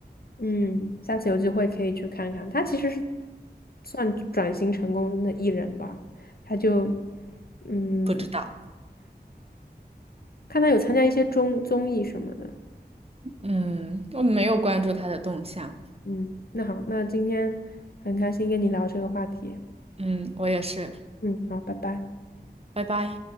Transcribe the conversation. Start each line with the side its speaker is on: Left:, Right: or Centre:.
Left: 嗯，下次有机会可以去看看。他其实是算转型成功的艺人吧，他就嗯，
Right: 不知道。
Left: 看他有参加一些综综艺什么的。
Right: 嗯，我没有关注他的动向。
Left: 嗯，那好，那今天很开心跟你聊这个话题。
Right: 嗯，我也是。
Left: 嗯，好，拜拜。
Right: 拜拜。